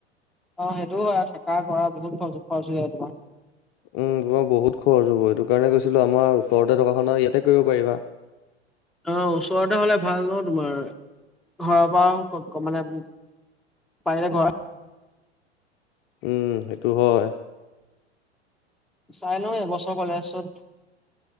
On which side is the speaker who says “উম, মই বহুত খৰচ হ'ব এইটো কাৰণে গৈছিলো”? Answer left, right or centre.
Left